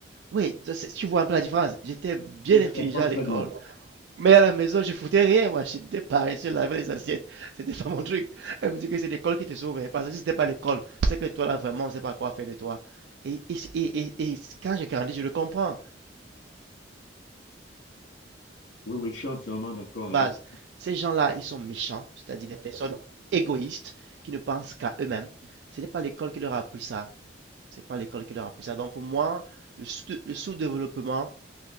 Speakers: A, on the right; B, on the left.
A: Oui, ça, c'est- tu vois un peu la différence. J'étais bien
B: Oui,
A: intelligent
B: je comprends
A: à
B: très
A: l'école.
B: bien.
A: Mais à la maison, je foutais rien, moi. J'étais paresseux, laver les assiettes. C'était pas mon truc. Elle me dit que c'est l'école qui te sauve. hein, Parce que si c'était pas l'école, c'est que toi, là, vraiment, on sait pas quoi faire de toi. Et, et, et, et, et quand j'ai grandi, je le comprends.
B: Oui, oui, je suis entièrement d'accord
A: Base,
B: avec.
A: ces gens-là, ils sont méchants, c'est-à-dire des personnes égoïstes qui ne pensent qu'à eux-mêmes. Ce n'est pas l'école qui leur a appris ça. C'est pas l'école qui leur a appris ça. Donc, pour moi, le sous- le sous-développement,